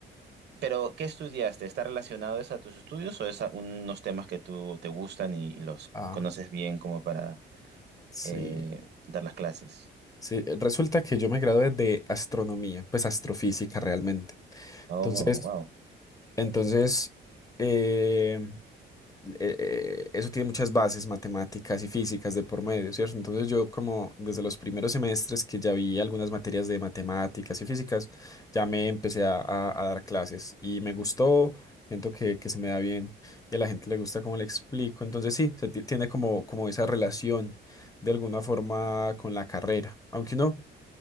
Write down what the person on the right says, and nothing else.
pero, ¿qué estudiaste? ¿Está relacionado eso a tus estudios o es a unos temas que tú te gustan y, y los
conoces bien como para
eh, dar las clases?
Oh,
wow.